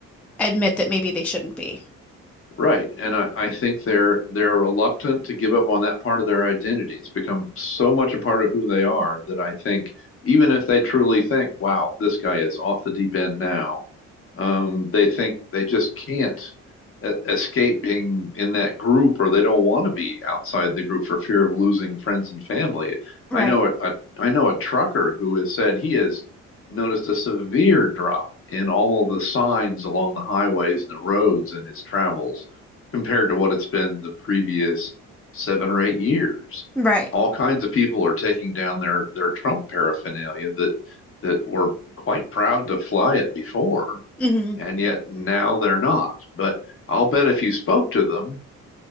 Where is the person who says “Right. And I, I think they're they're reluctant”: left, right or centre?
Left